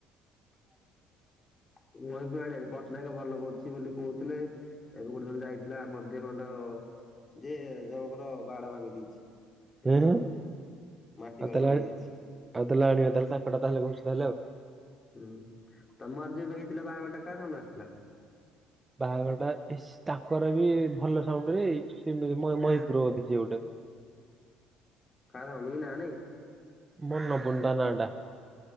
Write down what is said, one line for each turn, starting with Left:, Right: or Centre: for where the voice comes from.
Left: ହ ହ ମହିପୁର ଆଡେ ପଟ୍ଟନାୟକ ଭଲ କରୁଚି ବୋଲି କହୁଥିଲେ। ଏବେ ଗୋଟେ ଜଣ ଯାଇଥିଲା ମଧ୍ୟ ଖଣ୍ଡ ଯେ ଜଣଙ୍କର ବାଡ ଭାଙ୍ଗି ଦେଇଛି।
Right: ହୁଁ
Left: ଏତେ
Right: ହୁଁ
Left: ସାଉଣ୍ଡ ମାଟି
Right: ଆଉ
Left: <unintelligible>
Right: ତାହେଲେ
Left: ଭାଙ୍ଗି ଯାଇଛି।
Right: ଆଉ ଦେଲେ ଆଣିବା <unintelligible> ତା ହେଲେ ଆଉ।
Left: ହୁଁ ତମର ଯୋଉ ବି ହେଇଥିଲା ବାହାଘର ଟା କା ସାଉଣ୍ଡ ଆସିଥିଲା?
Right: ବାହାଘର ଟା ଏ ତାଙ୍କର ବି ଭଲ ସାଉଣ୍ଡ ରେ ମହପର ବଧ ସେଏ ଗୋଟେ
Left: କା ସା <unintelligible>
Right: <unintelligible>